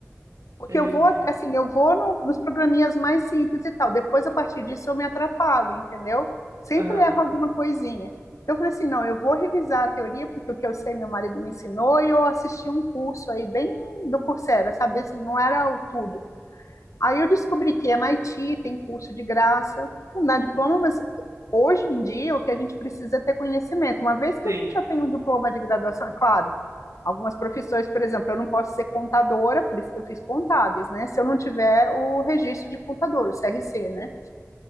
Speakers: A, on the left; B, on the right.
A: Porque
B: é,
A: eu vou, assim, eu vou no- nos programinhas mais simples e tal. Depois, a partir disso, eu me atrapalho, entendeu? Sempre
B: aham,
A: erro alguma coisinha. Eu falei assim, não, eu vou revisar a teoria, porque o que eu sei meu marido me ensinou, e eu assisti um curso aí bem do Coursera, sabe? Assim, não era o tudo. Aí eu descobri que MIT tem curso de graça, não dá diploma, mas hoje em dia o que a gente precisa é ter conhecimento. Uma vez que
B: sim,
A: a gente já tem um diploma de graduação, é claro, algumas profissões, por exemplo, eu não posso ser contadora, por isso que eu fiz contábeis, né? Se eu não tiver o registro de contador, o CRC, né?